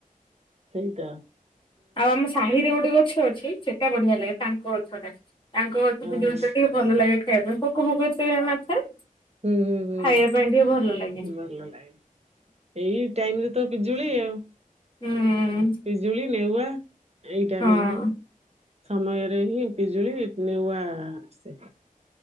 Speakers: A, on the right; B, on the left.
A: ସେଇତ।
B: ଆଉ ଆମ ସାହି ରେ ଗୋଟେ ଗଛ ଅଛି ସେଟା ବଢିଆ ଲାଗେ ତାଙ୍କ ଗଛ ଟା ତାଙ୍କ ଗଛ
A: ହଁ
B: ପିଜୁଳି ତ ଟିକେ ଭଲ ଲାଗେ ଖାଇବା ପାଇଁ ପୋକ ଫୋକ ଏତେ ନଥାଏ।
A: ହୁଁ ହୁଁ ହୁଁ
B: ଖାଇବା ପାଇଁ ଟିକେ ଭଲ ଲାଗେ।
A: ଭଲ ଲାଗେ ଏଇ ଟାଇମ ରେ ତ ପିଜୁଳି ଆଉ।
B: ହୁଁ।
A: ବିଜୁଳି ନେଉଆ ଏଇ ଟାଇମରେ
B: ହଁ
A: ହିଁ ସମୟରେ ହିଁ ପିଜୁଳି ନେଉଆ ଆସେ